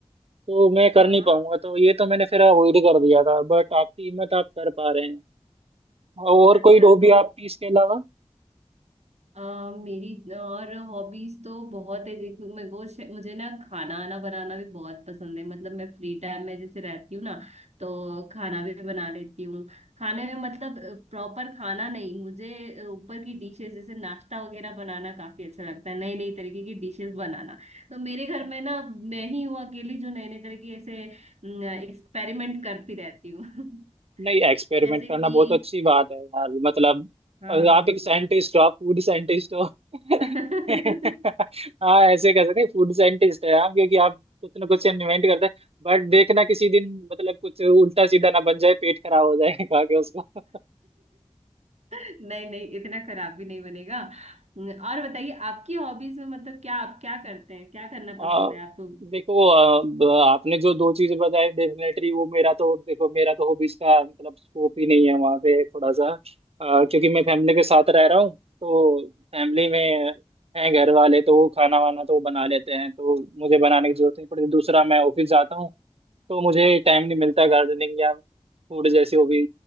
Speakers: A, on the right; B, on the right.
A: तो मैं कर
B: हाँ
A: नहीं
B: हाँ
A: पाऊंगा तो ये तो मैंने फिर अवॉइड कर दिया था बट आपकी हिम्मत आप कर पा रहे हैं और
B: अच्छा
A: कोई हॉबी
B: तो
A: आपकी इसके अलावा
B: आ, मेरी और हॉबीज तो बहुत है देखो मेरे को शे- मुझे ना खाना आना बनाना भी बहुत पसंद है मतलब मैं फ्री टाइम में जैसे रहती हूँ ना तो खाना भी बना लेती हूँ खाने में मतलब प्रॉपर खाना नहीं मुझे अ, ऊपर की डिशेस जैसे नाश्ता वगैरह बनाना काफी अच्छा लगता है नई नई तरीके की डिशेस बनाना तो मेरे घर में ना मैं ही हूँ अकेली जो नए नए तरह की ऐसे एक्सपेरिमेंट करती रहती हूँ <laughs>
A: नहीं एक्सपेरिमेंट
B: जैसे
A: करना
B: कि
A: बहुत अच्छी बात है यार मतलब
B: हाँ
A: अगर आप एक साइंटिस्ट हो आप फूड साइंटिस्ट हो <laughs>
B: <laughs>
A: हाँ ऐसे कह सकते हैं फूड साइंटिस्ट है आप क्योंकि आप कुछ ना कुछ इन्वेंट करते हैं बट देखना किसी दिन मतलब कुछ उल्टा सीधा ना बन जाए पेट खराब हो जाए खा के उसका
B: नहीं नहीं इतना खराब भी नहीं बनेगा और बताइए आपकी हॉबीज में मतलब क्या आप क्या करते हैं क्या करना
A: आ,
B: पसंद है आपको
A: देखो आ, ब- आपने जो दो चीजें बताई डेफिनेटली वो मेरा तो देखो मेरा तो हॉबीज का मतलब स्कोप ही नहीं है वहाँ पे थोड़ा सा आ, क्योंकि मैं फैमिली के साथ रह रहा हूँ तो फैमिली में हैं घर वाले तो वो खाना वाना तो वो बना लेते हैं तो मुझे बनाने की जरूरत नहीं पड़ती दूसरा मैं ऑफिस जाता हूँ तो मुझे टाइम नहीं मिलता गार्डनिंग या फूड जैसी हॉबी